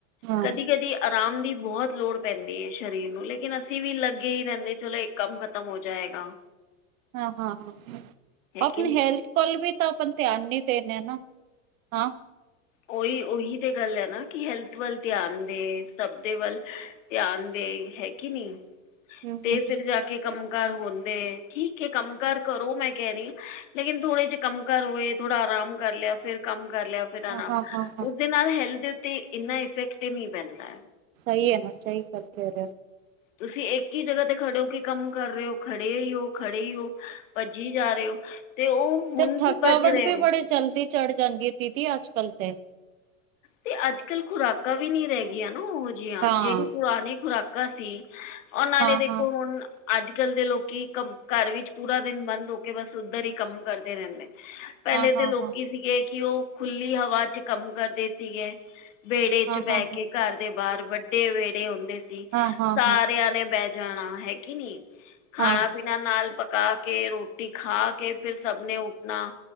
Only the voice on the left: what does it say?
ਕਦੀ ਕਦੀ ਆਰਾਮ ਦੀ ਬਹੁਤ ਲੋੜ ਪੈਂਦੀ ਹੈ ਸਰੀਰ ਨੂੰ, ਲੇਕਿਨ ਅਸੀਂ ਵੀ ਲੱਗੇ ਹੀ ਰਹਿੰਦੇ ਚਲੋ ਇੱਕ ਕੰਮ ਖ਼ਤਮ ਹੋ ਜਾਏ। ਆਹ
ਕਿ ਨਹੀਂ
ਔਹੀ ਔਹੀ ਤੇ ਗੱਲ ਹੈ ਨਾ, ਕਿ ਹੈਲਥ ਵੱਲ ਧਿਆਨ ਦੇ, ਸਭ ਦੇ ਵੱਲ ਧਿਆਨ ਦੇ ਹੈ ਕੀ ਨੀ
ਤੇ
ਫਿਰ
ਜਾ ਕੇ ਕੰਮ ਕਰ ਹੁੰਦੇ ਠੀਕ ਕੰਮ ਕਾਰ ਕਰੋ ਮੈਂ ਕਹਿ ਰਹੀ, ਲੇਕਿਨ ਥੋੜੇ ਜਿਹੇ ਕੰਮ ਕਾਰ ਹੋਏ ਥੋੜਾ ਆ ਆਰਾਮ ਕਰ ਲਿਆ ਫੇਰ ਕੰਮ ਕਰ ਲਿਆ ਫਿਰ ਆਰਾਮ,
ਉਸਦੇ ਨਾਲ ਹੈਲਥ ਦੇ ਉਤੇ ਇਨਾ ਇਫਕਟ ਨੀ ਪੈਂਦਾ ਐ।
ਤੁਸੀਂ ਇੱਕ ਹੀ ਜਗ੍ਹਾ ਤੇ ਖੜੇ ਹੋ ਕੀ ਕੰਮ ਕਰ ਰਹੇ ਹੋ, ਖੜੇ ਹੀ ਹੋ, ਖੜੇ ਹੀ ਹੋ। ਭੱਜੀ ਜਾ ਰਹੇ ਹੋ ਅਤੇ ਉਹ ਹੁਣ
ਤੋਂ ਭੱਜ ਰਹੇ
ਹੋ
ਤੇ ਅੱਜ ਕੱਲ ਖੁਰਾਕਾਂ ਵੀ ਨੀ ਰਹਿ ਗਈਆਂ ਨਾ ਉਹੋ ਜਿਹੀਆਂ,
ਜਿਹੜੀ ਪੁਰਾਣੀ ਖੁਰਾਕਾਂ ਕਾ ਸੀ, ਉਹ ਨਾਲੇ
ਦੇਖੋ
ਹੁਣ ਅੱਜ ਕੱਲ ਦੇ ਲੋਕੀ ਕੰਮ ਘਰ ਵਿੱਚ ਪੂਰਾ ਦਿਨ ਬੰਦ ਹੋ ਕੇ, ਬਸ ਉੱਧਰ ਹੀ ਕੰਮ ਕਰਦੇ ਰਹਿੰਦੇ। ਪਹਿਲੇ
ਦੇ
ਲੋਕੀ
ਸੀਗੇ, ਕਿ ਉਹ ਖੁੱਲੀ ਹਵਾ ਚ ਕੰਮ ਕਰਦੇ ਸੀਗੇ। ਵਿਹੜੇ
ਚ ਬਹਿ
ਕੇ, ਘਰ ਦੇ ਬਾਹਰ ਵੱਡੇ ਵਿਹੜੇ ਹੁੰਦੇ ਸੀ,
ਸਾਰਿਆਂ
ਨੇ ਬਹਿ ਜਾਣਾ ਹੈ ਕੀ ਨੀ, ਖਾਣਾ
ਪੀਣਾ ਨਾਲ ਪ ਪਕਾ ਕੇ, ਰੋਟੀ ਖਾ ਕੇ, ਫਿਰ ਸਭ ਨੇ ਉੱਠਣਾ,